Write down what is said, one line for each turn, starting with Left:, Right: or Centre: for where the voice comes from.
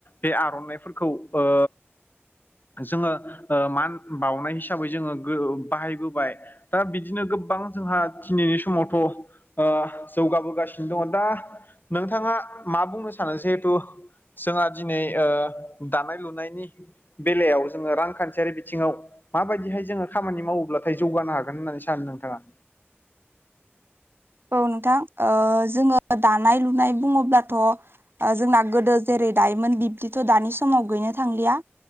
Left: बे आर'नाइफोरखौ ओ जोङो मान बावनाय हिसाबै जोङो बाहायबोबाय। दा बिदिनो गोबां जोंहा दिनैनि समावथ' जौगाबोगासिनो दङ दा नोंथाङा मा बुंनो सानो जिहेथु जोंहा दिनै दानाय लुनायनि बेलायाव जोङो रांखान्थियारि बिथिङाव माबायदिहाय जोङो खामानि मावोब्लाथाय जौगानो हागोन होननानै सानो नोंथाङा?
Right: औ नोंथां जोङो दानाय लुनाय बुङोब्लाथ' जोंना गोदो जेरै दायोमोन बिब्दिथ' दानि समाव गैनो थांलिया